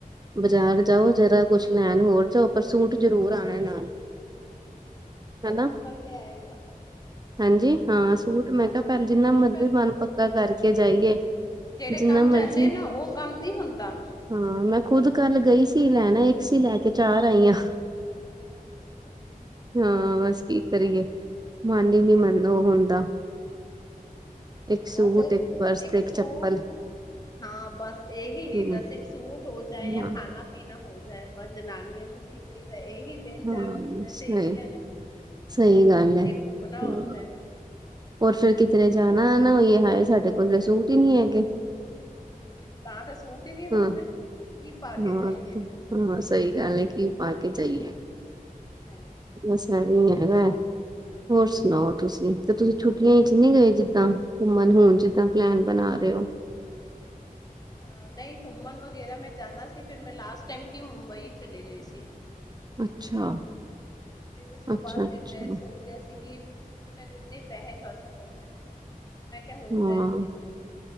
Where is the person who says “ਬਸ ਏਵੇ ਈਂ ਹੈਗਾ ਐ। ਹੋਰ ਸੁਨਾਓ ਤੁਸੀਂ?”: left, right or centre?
Right